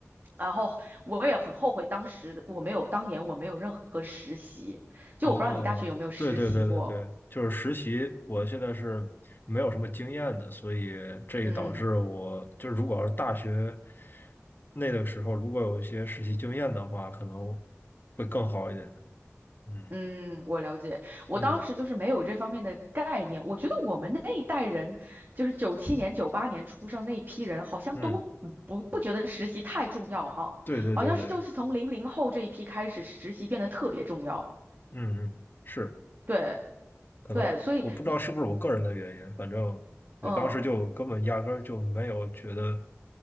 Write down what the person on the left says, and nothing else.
哦，对对对对对，就是实习，我现在是没有什么经验的，所以这也导致我就是，
如果要是大学那个时候，如果有一些实习经验的话，可能会更好一点。嗯
嗯
嗯，对对对对，
嗯嗯，是，
可能我不知道是不是我个人的原因，
反正我当时就根本压根儿就没有觉得，